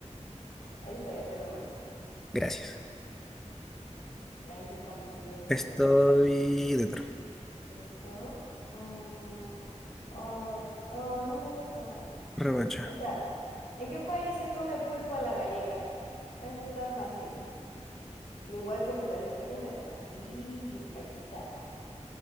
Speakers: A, on the left; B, in the centre.
A: Ahí está, ya te lo mandé.
B: Gracias.
A: Me avisas cuando estés dentro,
B: Estoy
A: Karina.
B: dentro.
A: ¿Listo? Mm, oh, oh, no me deja.
B: Revancha.
A: Ahí está. ¿En qué país se come pulpo a la gallega? Eso está fácil. Uruguay, Portugal, España, Inglaterra. Sí, Españita.